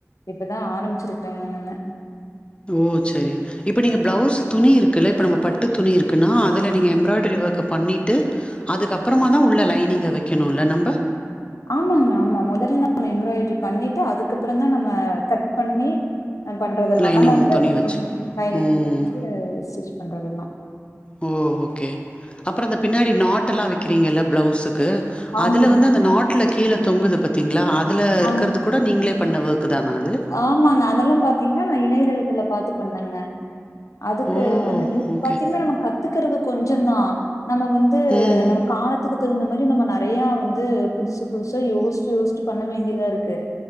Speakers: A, on the left; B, on the left.
A: இப்பதான் ஆரம்பிச்சிருக்கறேங்க நானு
B: ஓ செரி இப்ப நீங்க பிளவுஸ் துணி இருக்குல்ல இப்ப நம்ம பட்டு துணி இருக்குன்னா அதுல நீங்க எம்ப்ராய்டரி ஒர்க்க பண்ணிட்டு அதுக்கப்புறமா தான் உள்ள லைனிங்க வைக்கணும்ல நம்ம
A: ஆமாங்க ஆமா முதல்ல நம்ம எம்ப்ராய்டரி பண்ணிட்டு அதுக்கப்புறம் தான் நம்ம கட் பண்ணி பண்றதெல்லாம்
B: லைனிங்
A: நம்ம உள்ள
B: துணி வச்சு.
A: உ லைனிங்
B: ம்.
A: துணி வச்சு ஸ்டிச் பண்றதெல்லாம்
B: ஓ ஓகே அப்புறம் இந்த பின்னாடி நாட்டெல்லாம் வைக்கிறீங்கல்ல ப்ளவுஸுக்கு
A: ஆமாங்க,
B: அதுல வந்து அந்த நாட்ல கீழ தொங்குது பத்தீங்களா அதுல இருக்கிறதுக்
A: ஆமா.
B: கூட நீங்களே பண்ண ஒர்க்கு தான அது
A: ஆமாங்க அதெல்லாம் பாத்தீங்கன்னா நா இணையதளத்துல பாத்து பண்ணங்க அதுக்கு
B: ஓ!
A: வந்து இப்ப
B: ஓகே.
A: பாத்தீங்கன்னா நம்ம கத்துக்கிறது கொஞ்சம் தான் நம்ம வந்து
B: ம்.
A: நம்ம காலத்துக்கு தகுந்த மாதிரி நம்ம நிறைய வந்து புதுசு புதுசா யோசிச்சு யோசிச்சு பண்ண வேண்டியதா இருக்கு